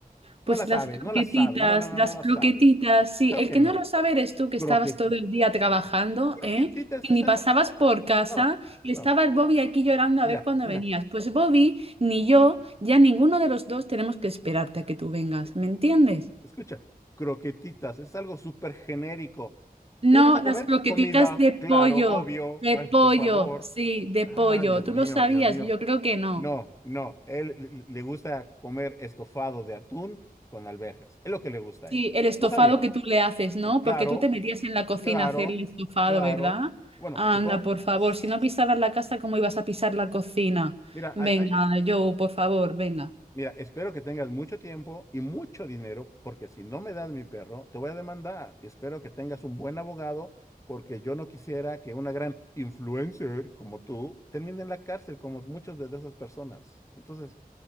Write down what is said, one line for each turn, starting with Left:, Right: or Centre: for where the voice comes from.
Right: Pues
Left: No la
Right: las
Left: sabes,
Right: croquetitas,
Left: no la sabes, no, no, no,
Right: las
Left: no la
Right: croquetitas,
Left: sabes.
Right: sí.
Left: Claro
Right: El
Left: que
Right: que
Left: no.
Right: no lo sabe eres tú que
Left: Croquetitas.
Right: estabas todo el día trabajando,
Left: Croquetitas
Right: ¿eh? Que
Left: es
Right: ni
Left: algo.
Right: pasabas por casa
Left: No,
Right: y
Left: no.
Right: estaba el Bobby aquí llorando a
Left: Mira,
Right: ver cuándo
Left: mira,
Right: venías. Pues Bobby, ni yo, ya ninguno de los dos tenemos que esperarte a que tú vengas,
Left: sí,
Right: ¿me entiendes?
Left: Escucha, croquetitas es algo súper genérico.
Right: No,
Left: ¿Qué le gusta comer?
Right: las croquetitas
Left: Comida,
Right: de
Left: claro,
Right: pollo,
Left: obvio.
Right: de
Left: Ay,
Right: pollo,
Left: por favor.
Right: sí, de
Left: Ah,
Right: pollo.
Left: Dios
Right: ¿Tú
Left: mío,
Right: lo sabías?
Left: Dios mío.
Right: Yo creo que no.
Left: No, no, él le gusta comer estofado de atún con alberjas. Es lo que le gusta
Right: Sí,
Left: a él.
Right: el estofado
Left: ¿No lo sabías?
Right: que tú le haces, ¿no?
Left: Pues Claro,
Right: Porque tú te metías en la cocina
Left: claro,
Right: a hacer el estofado,
Left: claro.
Right: ¿verdad?
Left: Bueno,
Right: Anda,
Left: supongo.
Right: por favor,
Left: s-
Right: si no pisabas la casa, ¿cómo ibas a pisar la cocina?
Left: Mira,
Right: Venga,
Left: hay- hay-
Right: Joe,
Left: a-
Right: por favor,
Left: a-
Right: venga.
Left: mira, espero que tengas mucho tiempo y mucho dinero, porque si no me das mi perro, te voy a demandar. Espero que tengas un buen abogado, porque yo no quisiera que una gran influencer como tú termine en la cárcel, como muchas de de esas personas. Entonces.